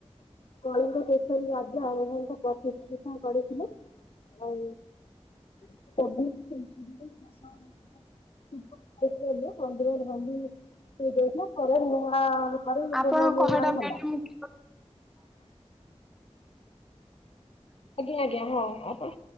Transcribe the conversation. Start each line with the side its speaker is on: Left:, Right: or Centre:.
Left: କଳିଙ୍ଗ ତଷରୀ ରାଜ ଆଉ। କିଷ୍ କରିଥିଲ, ଆଉ। <unintelligible> <unintelligible> ଆଉ ପୁନ
Centre: ଆପଣଙ୍କ
Left: ନିର୍ମାଣ
Centre: କଥାଟା ମ୍ୟାଡ଼ାମ
Left: ହେଲା। ଆଜ୍ଞା ଆଜ୍ଞା ହଁ।